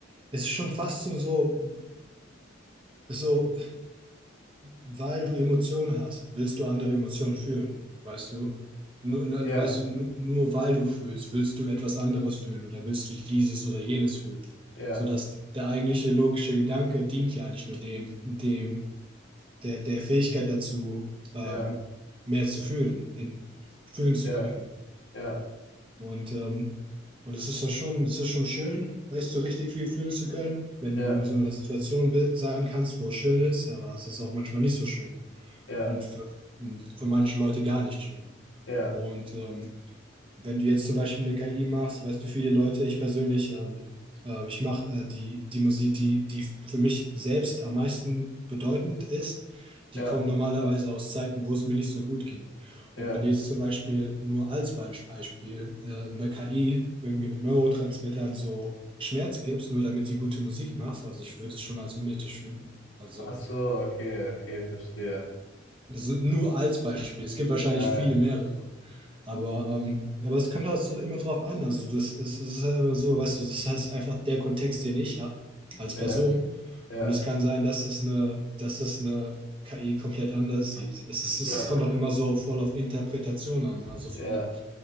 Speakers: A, on the right; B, on the left.
A: es ist schon fast so, so so weil du Emotionen hast, willst du andere Emotionen fühlen, weißt du? Nur, nur-
B: ja,
A: weißt du, nur, nur weil du fühlst, willst du etwas anderes fühlen oder willst du dieses oder jenes fühlen.
B: ja,
A: Sodass der eigentliche logische Gedanke dient ja eigentlich nur dem, dem, der, der Fähigkeit dazu, ähm,
B: ja,
A: mehr zu fühlen, in, fühlen zu
B: ja,
A: können.
B: ja,
A: Und, ähm, und es ist ja schon, es ist schon schön, weißt du, richtig viel fühlen zu können, wenn
B: ja,
A: du in so einer Situation be- sein kannst, wo es schön ist, aber es ist auch manchmal nicht so schön
B: ja,
A: und für, für manche Leute gar nicht schön.
B: ja,
A: Und ähm, wenn du jetzt zum Beispiel eine KI machst, weißt du, viele Leute, ich persönlich, ähm, äh, ich mache äh, die, die Musik, die, die für mich selbst am meisten bedeutend ist,
B: ja,
A: die kommen normalerweise aus Zeiten, wo es mir nicht so gut ging.
B: ja.
A: Und wenn jetzt zum Beispiel nur als Beisp- Beispiel äh, eine KI irgendwie mit Neurotransmittern so Schmerz gibst, nur damit die gute Musik machst, also ich würde es schon als unethisch finden. Also
B: Ach so, okay, okay, verstehe.
A: Das ist nur als Beispiel. Es gibt wahrscheinlich
B: Ja,
A: viele mehrere. Aber, ähm, ja, aber es kommt halt so immer drauf an. Also das ist, es ist halt immer so, weißt du, das ist halt einfach der Kontext, den ich habe als
B: ja,
A: Person.
B: ja,
A: Und es kann sein, dass es eine, dass es eine KI komplett anders sieht. Es ist, es
B: ja,
A: kommt auch immer so voll auf Interpretation an. Also
B: ja,
A: äh,
B: ja.